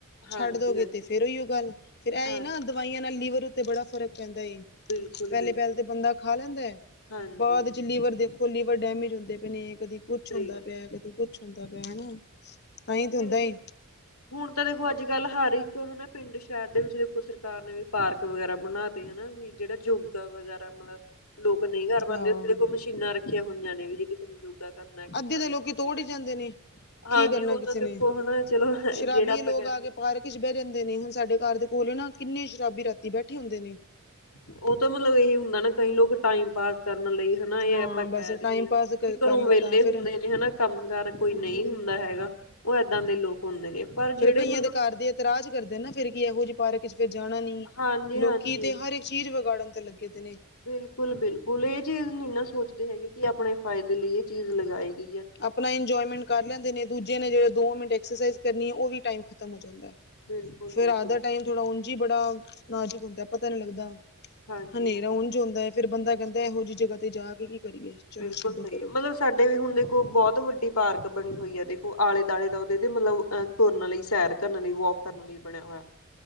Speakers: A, on the left; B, on the left.
A: ਹਾਂਜੀ-ਹਾਂਜੀ,
B: ਛੱਡ ਦੋਗੇ ਤੇ ਫੇਰ ਉਹ ਗੱਲ ਫੇਰ ਇਹ
A: ਹਾਂ
B: ਏ ਨਾ, ਦਵਾਈਆਂ ਨਾਲ ਲੀਵਰ ਉੱਤੇ ਬੜਾ ਫ਼ਰਕ ਪੈਂਦਾ ਏ।
A: ਬਿਲਕੁਲ-ਬਿਲਕੁਲ
B: ਪਹਿਲੇ-ਪਹਿਲੇ ਤੇ ਬੰਦਾ ਖਾ ਲੈਂਦਾ ਹੈ,
A: ਹਾਂਜੀ
B: ਬਾਅਦ ਚ ਲੀਵਰ ਦੇਖੋ। ਖਲੀ ਡੈਮੇਜ ਹੁੰਦੇ ਪਏ ਨੇ ਕਦੀ ਕੁਛ
A: ਸਹੀ
B: ਹੁੰਦਾ
A: ਗੱਲ
B: ਪਿਆ, ਕਦੀ ਕੁੱਛ ਹੁੰਦਾ ਪਿਆ ਹਨਾ। ਤਾਂਹੀ ਤੇ
A: ਠਕ
B: ਹੁੰਦਾ ਏ
A: ਹੁਣ ਤਾਂ ਦੇਖੋ, ਅੱਜ-ਕੱਲ ਹਰ ਇੱਕ ਹਨਾ ਪਿੰਡ ਸ਼ਹਿਰ ਦੇ ਵਿੱਚ ਦੇਖੋ ਸਰ ਤ ਨੇ ਵੀ ਪਾਰਕ ਵਗੈਰਾ ਬਣਾ ਤੇ ਹਨਾ, ਵੀ ਜਿਹੜਾ ਯੁਗ ਵਗੈਰਾ ਮਤਲਬ। ਲੋਕ ਨਹੀਂ ਕਰ ਪਾਦੇ
B: ਹਾਂ
A: ਉੱਥੇ ਦੇ ਕੋਈ ਮਸ਼ੀਨਾਂ ਰੱਖੀਆਂ ਹੁੰਈਆਂ, ਨੇ ਵੀ ਜੇ ਕਿਸੇ ਨੂੰ ਯੋ ਕਰਨਾ ਐਕਸਰਸਾਈਜ਼
B: ਅੱਧੇ ਦੇ ਲੋਕੀ
A: ਕਰਨੀ
B: ਤੋੜ ਹੀ
A: ਹੈ।
B: ਜਾਂਦੇ ਨੇ
A: ਹਾਂਜੀ
B: ਕੀ ਕਰਨਾ
A: ਉਹ
B: ਕਿਸੇ
A: ਤਾਂ
B: ਨੇ
A: ਦੇਖੋ ਹਨਾ ਚਲੋ,
B: ਸ਼ਰਾਬੀ
A: ਜਿਹੜਾ ਆਪਾਂ
B: ਲੋਕ
A: ਕਹਿ
B: ਆ
A: ਦਈਏ।
B: ਕੇ ਪਾਰਕ ਬਹਿ ਜਾਂਦੇ, ਨੇ ਹੁਣ ਸਾਡੇ ਘਰ ਦੇ ਕੋਲ ਨਾ ਕਿੰਨੇ ਸ਼ਰਾਬੀ ਰਾਤੀ ਬੈਠੇ ਹੁੰਦੇ ਨੇ
A: ਉਹ ਤਾਂ ਮਤਲਬ ਇਹ ਹੁੰਦਾ, ਨਾ ਕਈ ਲੋਕ ਟਾਈਮ ਪਾਸ ਕਰਨ ਲਈ। ਹਨਾ ਇਹ
B: ਹਾਂ
A: ਆਪਾਂ ਕਹਿ
B: ਬਸ
A: ਦਏ
B: ਟਾਈਮ ਪਾਸ ਕਰ
A: ਵੀ ਘਰੋਂ
B: ਲਿੱਤਾ
A: ਵਿਹਲੇ ਹੁੰਦੇ
B: ਫੇਰ
A: ਨੇ ਹਨਾ। ਕੰਮ ਕਾਰ
B: ਹਾਂ
A: ਕੋਈ ਨਹੀਂ ਹੁੰਦਾ ਹੈਗਾ, ਉਹ ਇੱਦਾਂ ਦੇ ਲੋਕ ਹੁੰਦੇ ਨੇ ਪਰ,
B: ਫੇਰ
A: ਜਿਹੜੇ
B: ਕਈਆਂ
A: ਮਤਲਬ
B: ਦੇ ਘਰ ਦੇ ਇਤਰਾਜ ਕਰਦੇ ਨਾ ਫਿਰ ਕੀ ਇਹੋ ਜਿਹੇ ਪਾਰਕ ਚ ਫਿਰ ਜਾਣਾ ਨੀ
A: ਹਾਂਜੀ
B: ਲੋਕੀ
A: ਹਾਂਜੀ
B: ਤੇ ਹਰ ਇੱਕ ਚੀਜ਼ ਵਿਗਾੜਨ ਤੇ ਲੱਗੇ ਤੇ ਨੇ,
A: ਬਿਲਕੁਲ, ਬਿਲਕੁਲ, ਇਹ ਚੀਜ਼ ਨਹੀਂ ਨਾ ਸੋਚਦੇ ਹੈਗੇ, ਕਿ ਆਪਣੇ ਫਾਇਦੇ ਲਈ ਇਹ ਚੀਜ਼ ਲਗਾਏਗੀ।
B: ਆਪਣਾ ਇੰਜੋਏਮੈਂਟ ਕਰ ਲੈਂਦੇ ਨੇ, ਦੁਜੀਆ ਨੇ ਜਦੋ ਦੋ ਮਿੰਟ ਐਕਸਰਸਾਈਜ਼ ਕਰਨੀ ਏ ਉਦੀ ਟਾਈਮ ਖਤਮ ਹੋ ਜਾਦਾ,
A: ਬਿਲਕੁਲ
B: ਫਿਰ
A: ਬਿਲਕੁਲ
B: ਰਾਤ ਦਾ ਟਾਈਮ ਥੋੜਾ ਉਂਝ ਹੀ ਬੜਾ ਨਾਜਕ ਹੁੰਦਾ ਹੈ, ਪਤਾ ਨੀ ਲੱਗਦਾ
A: ਹਾਂਜੀ
B: ਹਨੇਰਾ
A: ਹਾਂਜੀ
B: ਉਂਝ ਹੁੰਦਾ ਹੈ ਫਿਰ ਬੰਦਾ ਕਹਿੰਦਾ ਇਹੋ ਜਿਹੀ, ਜਗਾ ਤੇ ਜਾ ਕੇ, ਕੀ ਕਰੀਏ। ਚਲੋ
A: ਬਿਲਕੁਲ
B: ਛੱਡੋ
A: ਸਹੀ
B: ਪਰੇ।
A: ਹੈ, ਮਤਲਬ ਸਾਡੇ ਵੀ ਹੁਣ ਦੇਖੋ, ਬਹੁਤ ਵੱਡੀ ਪਾਰਕ ਬਣੀ ਹੋਈ ਹੈ। ਦੇਖੋ ਆਲੇ- ਦੁਆਲੇ ਦਾ ਉਹਦੇ ਮਤਲਬ ਅ ਤੁਰਨ ਲਈ, ਸੈਰ ਕਰਨ ਲਈ, ਵੋਕ ਕਰਨ ਲਈ। ਬਣਿਆ ਹੋਇਆ,